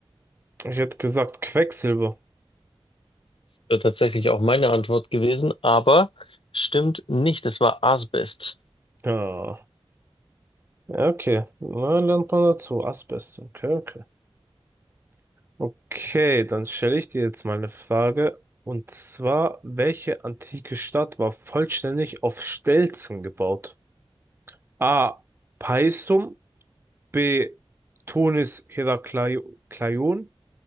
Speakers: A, on the right; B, on the left.
A: Ich hätte gesagt Quecksilber.
B: Wäre tatsächlich auch meine Antwort gewesen, aber stimmt nicht. Es war Asbest.
A: Ja. Ja, Okay. Na, lernt man dazu. Asbest. Okay, okay. Okay, dann stelle ich dir jetzt mal eine Frage. Und zwar, welche antike Stadt war vollständig auf Stelzen gebaut? A. Paestum. B. Tunis Heraklion.